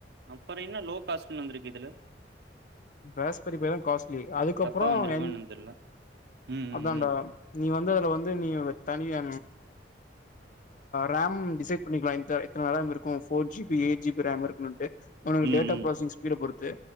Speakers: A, on the right; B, on the left.
A: அப்புரோ என்ன லோ காஸ்ட்னு வந்துருக்கு இதுல
B: ரஸ்பெரிதான் காஸ்ட்லி அதுக்கப்புரோம்
A: தப்பா வந்திருக்கோ
B: என்
A: என்னன்னு தெர்ல ம் ம்
B: அதான்ட
A: ம்
B: நீ வந்து அதுல வந்து நீ தனியா ரேம் டிசைட் பண்ணிக்கலாம் இத்த இத்தன ரேம் இருக்கும் போர் ஜி பி எ ஜி பி ரம் இருக்குனுட்டு உனக்கு
A: ம்
B: டேட்டா
A: ம்
B: ப்ராஸஸிங் ஸ்பீட் பொருத்து